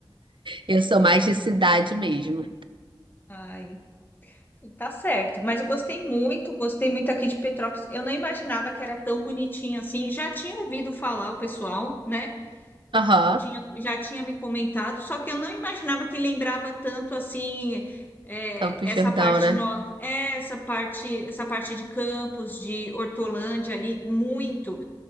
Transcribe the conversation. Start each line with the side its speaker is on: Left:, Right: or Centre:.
Right: eu sou mais de cidade mesmo.
Left: Ai, tá certo, mas eu gostei muito, gostei muito aqui de Petrópolis. Eu não imaginava que era tão bonitinho assim. Já tinha ouvido falar o pessoal, né?
Right: Aham,
Left: tinha, já tinha me comentado, só que eu não imaginava que lembrava tanto assim é,
Right: Campos de
Left: essa
Right: Jordão,
Left: parte
Right: né?
Left: no, é, essa parte essa parte de Campos, de Hortolândia ali muito.